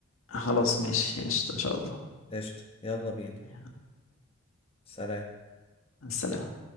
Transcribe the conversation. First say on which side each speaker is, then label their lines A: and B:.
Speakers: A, on the left (about 75°); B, on the left (about 25°).
A: خلاص ماشي قشطة ان شاء الله
B: قشطة يلا بينا
A: يلا
B: سلام
A: السلام